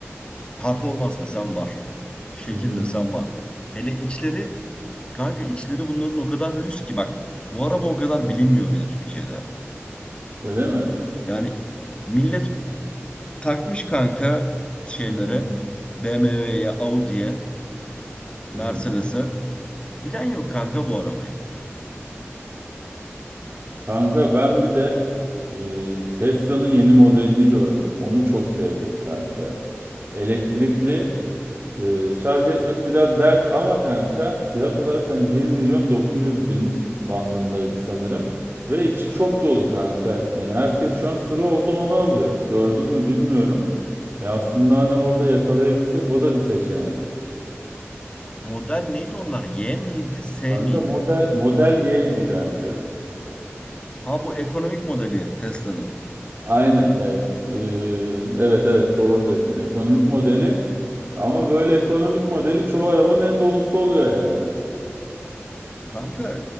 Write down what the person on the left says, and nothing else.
Performans desem var. Şekil
desem var. Hele içleri kanka içleri bunların o kadar lüks ki bak bu araba o kadar bilinmiyor bile Türkiye'de.
Yani millet Takmış kanka şeylere
BMW'ye, Audi'ye, Mercedes'e.
Bilen yok kanka bu arabayı.
Model neydi onlar? Y miydi, S
miydi?
Ha bu ekonomik modeli Tesla'nın.
Kanka